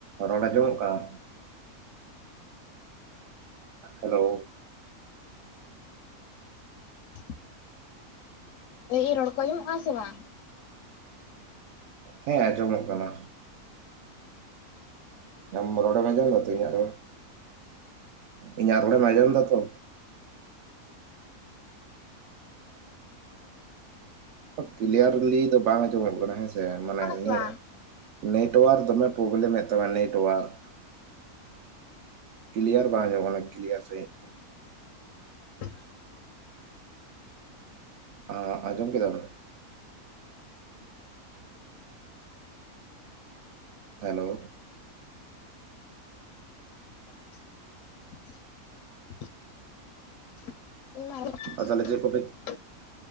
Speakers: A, on the right; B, on the left.
A: ᱨᱚᱲ ᱟᱸᱡᱚᱢᱚᱜ ᱠᱟᱱ ᱦᱮᱞᱳ
B: <inaudible> ᱞᱟᱹᱭ ᱟᱹᱧ ᱨᱚᱲ ᱟᱡᱚᱢᱚᱜ ᱠᱟᱱᱟ ᱥᱮ ᱵᱟᱝ?
A: ᱦᱮᱸ ᱟᱸᱡᱚᱢᱚᱜ ᱠᱟᱱᱟ ᱟᱢ ᱨᱚᱲ ᱮᱢ ᱟᱸᱡᱚᱢ ᱫᱟ ᱛᱚ ᱤᱧ ᱨᱚᱲ ᱤᱧ ᱨᱚᱲ ᱟᱸᱡᱚᱢ ᱫᱟ ᱛᱚ ᱠᱞᱤᱭᱟᱨᱞᱤ ᱫᱚ ᱵᱟᱝ ᱟᱸᱡᱚᱢᱚᱜ ᱠᱟᱱᱟ ᱦᱮᱸ ᱥᱮ ᱢᱟᱱᱮ
B: ᱠᱟᱱᱟ ᱥᱮ
A: ᱱᱮ
B: ᱵᱟᱝ
A: ᱱᱮᱴᱚᱣᱟᱨᱠ ᱫᱚᱢᱮ ᱯᱨᱚᱵᱞᱮᱢ ᱮ ᱛᱟᱢ ᱱᱮᱴᱳᱣᱟᱨᱠ ᱠᱞᱤᱭᱟᱨ ᱵᱟᱝ ᱟᱸᱡᱚᱢᱚᱜ ᱠᱟᱱᱟ ᱠᱞᱤᱭᱟᱨ ᱥᱟᱦᱤᱡ
B: ᱦᱮ
A: ᱟ ᱟᱸᱡᱚᱢ ᱠᱮᱫᱟ ᱵᱮᱱ ᱦᱮᱞᱳ
B: <unintelligible> <unintelligible>
A: ᱟᱨ ᱛᱟᱦᱚᱞᱮ ᱪᱮᱫ ᱠᱚᱯᱮ